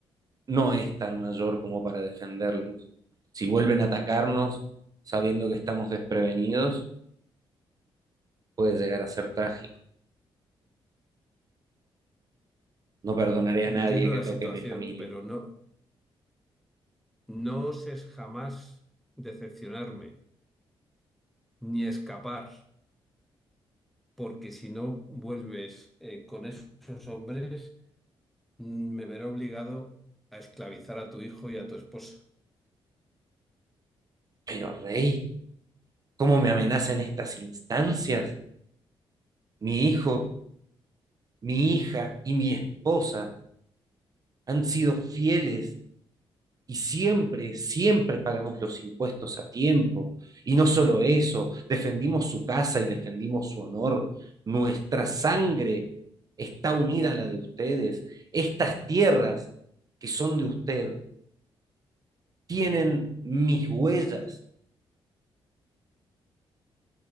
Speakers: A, on the right; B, in the centre.
A: no es tan mayor como para defenderlos. Si vuelven a atacarnos sabiendo que estamos desprevenidos, puede llegar a ser trágico. No perdonaré
B: Entiendo
A: a nadie
B: la
A: que
B: situación,
A: toque a mi familia.
B: pero no, no oses jamás decepcionarme. ni escapar, porque si no vuelves eh, con esos hombres, mm, me veré obligado a esclavizar a tu hijo y a tu esposa.
A: Pero, rey, ¿cómo me amenazan estas instancias? Mi hijo, mi hija y mi esposa han sido fieles Y siempre, siempre pagamos los impuestos a tiempo. Y no solo eso, defendimos su casa y defendimos su honor. Nuestra sangre está unida a la de ustedes. Estas tierras que son de usted tienen mis huellas.